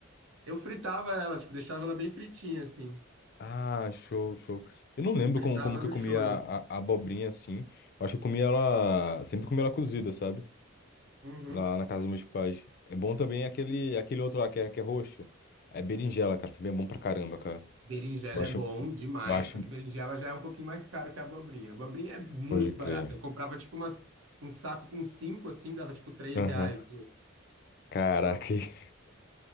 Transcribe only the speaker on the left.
Ah, show, show. Eu não lembro
como, como que
eu comia
a, a abobrinha assim. Eu acho que eu comia ela. Sempre comi ela cozida, sabe?
Lá na casa dos meus pais. É bom também aquele, aquele outro lá que é, que é roxo. É berinjela, cara. Também é bom pra caramba, cara.
Eu acho.
Eu acho.
Pode crer.
Aham.
Caraca. <laughs>